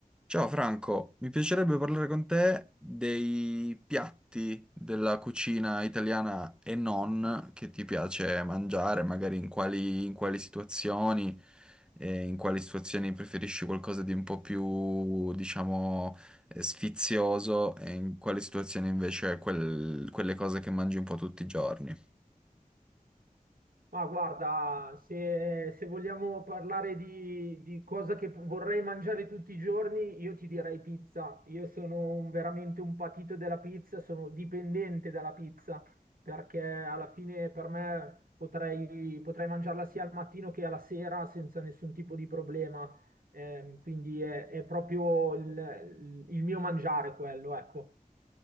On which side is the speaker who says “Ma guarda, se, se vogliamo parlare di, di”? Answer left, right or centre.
Right